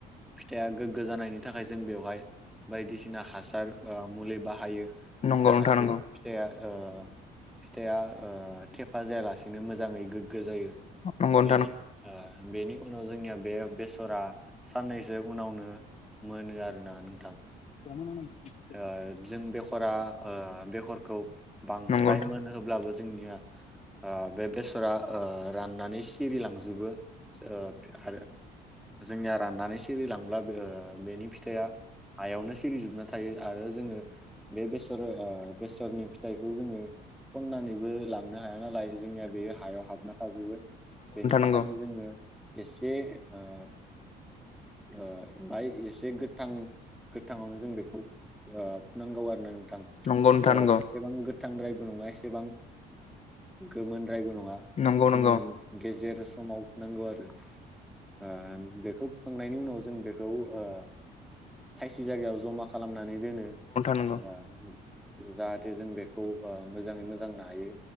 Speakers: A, in the centre; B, on the left (about 40°).
A: फिथाइया गोग्गो जानायनि थाखाय जों बेवहाय बायदिसिना हासार ओ मुलि बाहायो
B: नंगौ नोंथां नंगौ
A: जाहाथे
B: नोंथां नंगौ नोंथां नंगौ
A: फिथया ओ फिथाइआ ओ थेफा जायालासिनो मोजांङै गोग्गो जायो
B: नंगौ
A: बेनि ओ बेनि उनाव जोंनिया बे बेसरा साननैसो उनावनो मोनो आरोना नोंथां।
B: <unintelligible>
A: ओ जों बेखरा ओ बेखरखौ बांद्राय
B: नोंथां
A: मोनो होबब्लाबो जोंनिया ओ बे बेसरा ओ राननानै सिरिलांजोबो ओ आरो जोंनिया राननानै सिरिलांब्ला बेनि फिथाइया हायावनो सिरिजोबना थायो आरो जोंङो बे बेसर बेसरनि फिथाइखौ जोंङो खननानैबो लांनो हाया नालाय जोंनिया बेयो हायाव हाबना थाजोबो बेनि
B: नंगौ
A: थाखायनो जोंङो एसे ओ ओ बात एसे गोथां गोथाङावनो जों बेखौ ओ नांगौ आरोना नोथां
B: नंगौ नोंथां
A: ओ
B: नंगौ
A: एसेबां गोथांद्रायबो नङा एसेबां गोमोनद्रायबो नङा
B: नंगौ
A: जोंङो
B: नोंथां नंगौ नोंथां
A: गेजेर समाव नांगौ आरो ओम बेखौ फुखांनायनि उनाव जों बेखौ ओ थायसे जायगायाव जमा खालामनानै दोनो
B: नंगौ नंगौ नोंथां नंगौ
A: ओ जाहाथे जों बेखौ ओ मोजांङै मोजां नायो